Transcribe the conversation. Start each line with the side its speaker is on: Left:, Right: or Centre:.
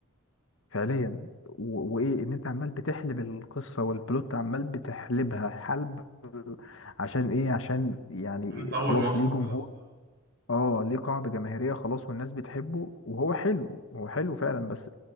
Left: فعليا و- وايه ان انت عمال بتحلب القصه والبلوت عمال بتحلبها حلب عشان ايه عشان يعني
Right: انا في اول
Left: خلاص
Right: موسم
Left: ليه جمهور
Right: خلاص اه
Left: اه ليه قاعده جماهيريه خلاص والناس بتحبه وهو حلو هو حلو فعلا بس